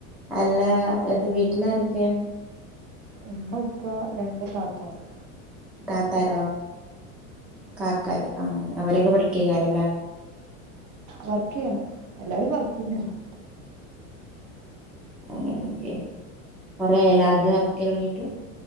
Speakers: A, in the centre; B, on the right.
A: അല്ല അത് വീട്ടിലാരൊക്കെ
B: ഉമ്മ ഉപ്പ രണ്ട് കാക്കാനും
A: താത്താരോ കാക്കാര് അങ്ങനെ അവരൊക്കെ പഠിക്കക്കാരല്ലേ
B: വർക്കെയ്യണം എല്ലാരും വർക്കെയ്യണം
A: അങ്ങനെക്കെ കൊറെയായല്ലാ അതില് വർക്ക് കഴിഞ്ഞിട്ട്